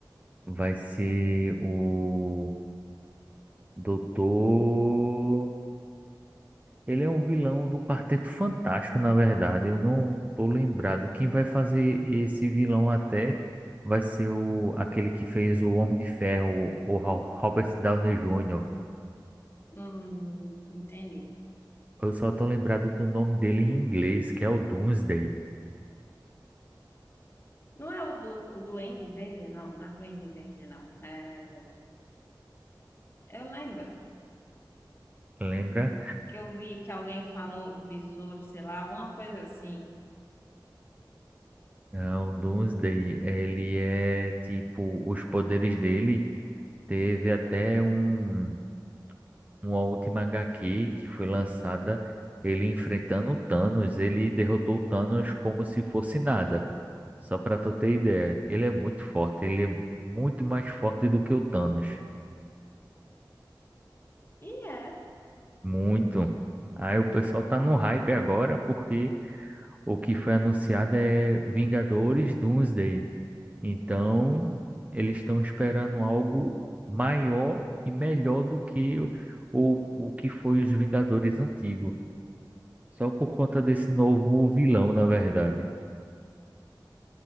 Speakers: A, on the right; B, on the left.
A: vai ser o Doutor. Ele é um vilão do Quarteto Fantástico, na verdade. Eu não tô lembrado. Quem vai fazer esse vilão até vai ser o aquele que fez o Homem de Ferro, o Ro- Robert Downey Jr.
B: Hum, entendi.
A: Eu só tô lembrado do nome dele em inglês, que é o Doomsday.
B: Não é o, do, o Duende Verde, não. Não é Duende Verde, não. É, eu lembro
A: Lembra?
B: que eu vi que alguém falou do besouro, sei lá, alguma coisa assim.
A: Não, Doomsday, ele é tipo, os poderes dele teve até um, uma última HQ que foi lançada, ele enfrentando o Thanos, ele derrotou o Thanos como se fosse nada. Só pra tu ter ideia, ele é muito forte, ele é muito mais forte do que o Thanos,
B: E é.
A: muito. Aí o pessoal tá no hype agora porque o que foi anunciado é Vingadores Doomsday. Então, eles estão esperando algo maior e melhor do que o, o, o que foi os Vingadores antigos. Só por conta desse novo vilão, na verdade.